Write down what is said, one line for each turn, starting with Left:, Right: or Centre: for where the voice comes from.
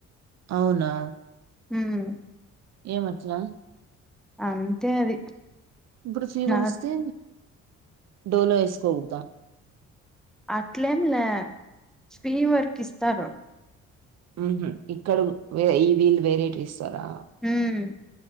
Right: అవునా
Centre: ఉమ్
Right: ఏ మట్లా
Centre: అంతే అది
Right: ఇప్పుడు ఫీవర్
Centre: నా
Right: ఓస్తే డోలో ఎస్కోగోడద
Centre: అట్లేం లే స్పీవర్క్ ఇస్తారు
Right: ఉ హు ఇక్కడ ఈ వీళ్లు వేరేటివి ఇస్తారా
Centre: మ్